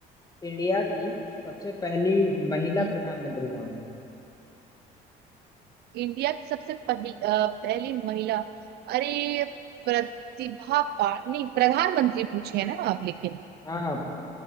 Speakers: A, on the left (about 20°); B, on the right (about 75°).
A: इंडिया की सबसे पहली महिला
B: हम्म,
A: प्रधानमंत्री कौन थी
B: इंडिया की सबसे पहली अ, पहली महिला अरे प्रतिभा पा नहीं प्रधानमंत्री पूछे है ना आप लेकिन
A: हाँ हाँ